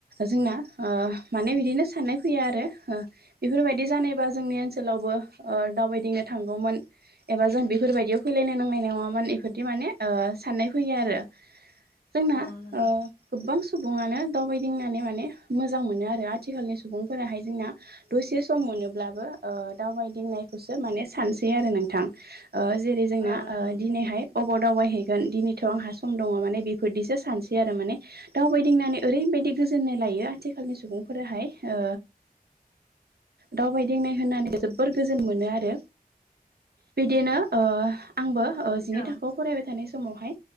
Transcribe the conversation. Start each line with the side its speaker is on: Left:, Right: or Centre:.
Right: जोंना ओ माने बिदिनो साननाय फैया आरो ओ बेफोरबायदि जानायबा जोंनि ओनसोलावबो ओ दावबायदिंनो थांगौमोन। एबा जों बेफोरबायदियाव फैलायनो नांनाय नङा मोन एफोरदि माने ओ साननाय फैयो आरो। जोंना
Left: औ नंगौ।
Right: ओ गोबां सुबुङानो दावबायदिंनानै माने मोजां मोनो आरो आथिखालनि सुबुंफोराहाय जोंना दसे सम मोनोब्लाबो ओ दावबायदिंनायखौसो माने सानसै आरो नोंथां। ओ जेरै जोंना
Left: औ औ नंगौ
Right: ओ दिनैहाय अब दावबायहैगोन दिनैथ' आंहा सम दङ' माने बेफोरदिसो सानसै आरो माने। दावबायदिंनानै ओरैबायदि गोजोन्नाय लायो आथिखालनि सुबुंफोराहाय ओ दावबायदिंनाय होननानै जोबोर गोजोन मोनो आरो। बिदिनो ओ आंबो ओ जिनै
Left: औ
Right: थाखोआव फरायबाय थानाय समावहाय